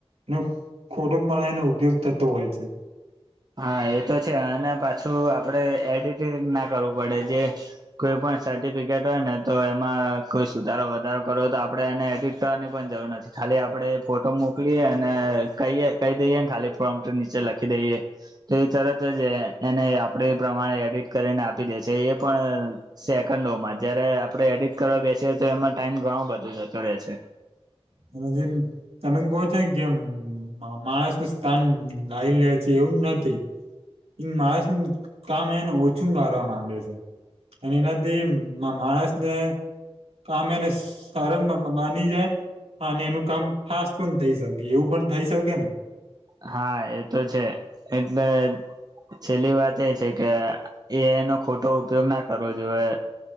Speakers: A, on the right; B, on the right.
A: એનો ખોટો પણ એનો ઉપયોગ થતો હોય છે
B: હા એ તો છે અને પાછું આપડે એડિટંગ ના કરવું પડે જે કોઈ પણ સર્ટિફિકેટ હોય ને તો એમાં કોઈ સુધારો વધારો કરવો તો આપણે એને એડમિટ કરવાની પણ જરૂર નથી ખાલી આપડે ફોટો મોકલીએ અને કહીએ કહી દઈએ ને ખાલી ફોર્મ નીચે લખી દઈએ તો એ તરત જ એને આપડે એ પ્રમાણે એડિટ કરીને આપી દે છે એ પણ સેકન્ડોમાં જયારે આપણે એડિટ કરવા બેસીએ તો એમાં ટાઈમ ઘણો બધો જતો રહે છે
A: <inaudible> અને જે તમે કહો છો ને કેમ માણસ નું સ્થાન લાવ લે છે એવું નથી માણસ નું કામ એને ઓછું કરવા માંગે છે અને એનાથી માણસ ને કમે એને સાર માની જાય ા અને એનું કામ ફાસ્ટ પણ થઇ શકે એવું પણ થઈ શકે ને
B: હા એ તો છે એટલે છેલ્લી વાત એ છે કે એ એનો ખોટો ઉપયોગ ના કરવો જોઈએ